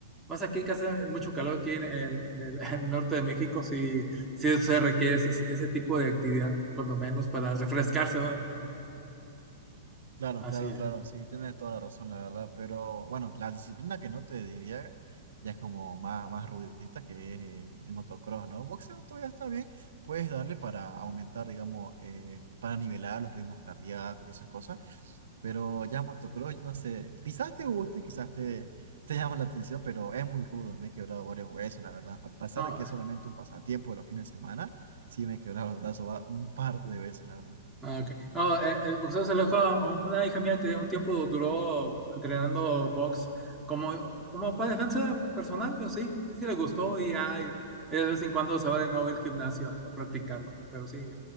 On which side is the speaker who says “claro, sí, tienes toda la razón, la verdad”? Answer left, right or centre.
Right